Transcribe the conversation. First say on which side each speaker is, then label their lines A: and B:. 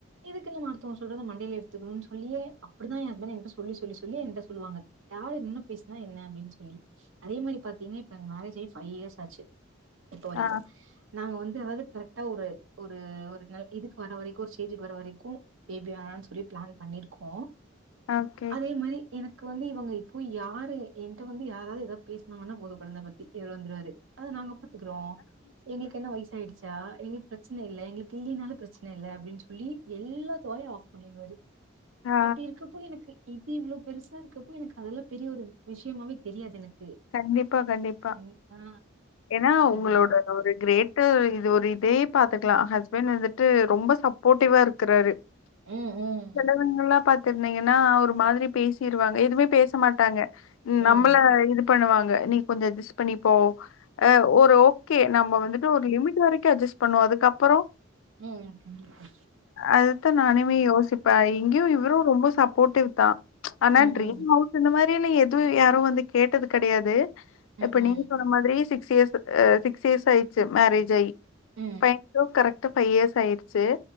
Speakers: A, on the right; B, on the left.
A: எதுக்கு நம்ம அடுத்தோங்க சொல்றது மண்டைல ஏ த்துக்கனு சொல்லியே அப்டிதா எ ஹஸ்பண்ட் என்ட்ட சொல்லி சொல்லி சொல்லி என்ட்ட சொல்லுவாங்க யாரு என்ன பேச்னா என்ன அப்டின் சொல்லி அதே மாரி பாத்திங்னா இப்ப எங்க மேரேஜ் ஆயி ஃபைவ் இயர்ஸ் ஆச்சு இப்போ வரைக்கு
B: ஆ
A: நாங்க வந்து அதாது கரெக்டா ஒரு ஒரு ஒரு நல் இதுக்கு வர வரைக்கு ஒரு ஸ்டேஜுக்கு வர வரைக்கு பேபி வேணான் சொல்லி பிளான் பண்ணிருக்கோ
B: ஓகே
A: அதே மாரி எனக்கு வந்து இவங்க இப்போ யாரு என்ட்ட வந்து யாராவது எதாப் பேச்னாங்கன்னா போது கொழந்த பத்தி இவர் வந்துருவாரு அத நாங்க பாத்துகுறோ எங்ளுக்கு என்ன வயசாயிடுச்சு சா எங்ளுக் பிரச்சன இல்ல எங்ளுக்கு இல்லீனாலு பிரச்சன இல்ல அப்டின் சொல்லி எல்லாத்து வாயு ஆஃப் பண்ணிர்வாரு
B: ஆ
A: அப்டி இருக்கப்போ எனக்கு இது இவ்ளோ பெருசா இருக்கப்போ எனக்கு அதெல்லாப் பெரிய ஒரு விஷ்யமாவே தெரியாது எனக்கு
B: கண்டிப்பா கண்டிப்பா
A: கண் ஆ
B: எனா உங்ளோட
A: அதுதான்.
B: அது ஒரு கிரேட் டு இது ஒரு இதே பாத்துக்லா ஹஸ்பண்ட் வந்துட்டு ரொம்ப சப்போர்ட்டிவா இருக்கறாரு
A: ம், ம்,
B: செலவுங்கெல்லாம் பாத் திருந்தீங்கனா ஒரு மாதிரி பேசிருவாங்க எதுமே பேச மாட்டாங்க
A: ம்,
B: நம்பள இதுப் பண்ணுவாங்க நீ கொஞ்ச அட்ஜஸ்ட் பண்ணி போ அ ஒரு ஓ கே நம்ப வந்துட்டு ஒரு லிமிட்டு வரைக்கு அட்ஜஸ்ட் பண்ணுவோ அதுக்கப்பறோ
A: ம் கண்டிப்பா
B: அதத்தா நானுமே யோசிப்பே இங்யு இவுருரொம்ப சப்போர்ட்டிவ்தா ஆனா
A: ம்,
B: ட்ரீம்
A: ம்,
B: ஹவுஸ் இந்த மாரில்ல எதுவு யாரு வந்து கேட்டது கெடையாது
A: ம்,
B: இப்ப
A: ம்,
B: நீங்க வ தம் மாதிரி சிக்ஸ் இயர்ஸு அ சிக்ஸ் இயர்ஸ் ஆயிச்சு மேரேஜ் ஆயி
A: ம்,
B: பயங்லு கரெக் ட்ட ஃபைவ் இயர்ஸ் ஆயிர்ச்சு